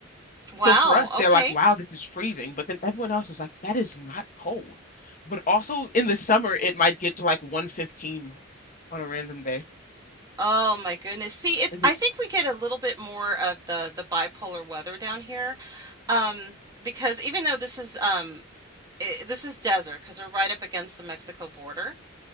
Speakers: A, on the right; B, on the left.
A: Wow,
B: So for us,
A: okay.
B: they're like, wow, this is freezing. But then everyone else is like, that is not cold. But also in the summer, it might get to like 115 on a random day.
A: Oh my goodness. See, it's
B: It gets,
A: I think we get a little bit more of the the bipolar weather down here. Um, because even though this is um i this is desert because we're right up against the Mexico border,